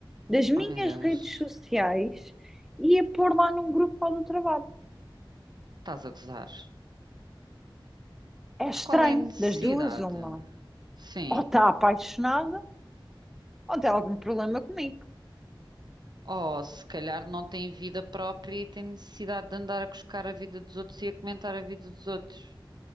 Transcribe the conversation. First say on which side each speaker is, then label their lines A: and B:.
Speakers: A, in the centre; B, on the right.
A: das minhas
B: Oh, meu Deus.
A: redes sociais e a pôr lá num grupo lá do trabalho.
B: Estás a gozar.
A: É
B: Mas
A: estranho,
B: qual é a necessidade?
A: das duas, uma.
B: Sim.
A: ou está apaixonada ou tem algum problema comigo.
B: Oh, se calhar não tem vida própria e tem necessidade de andar a cuscar a vida dos outros e a comentar a vida dos outros.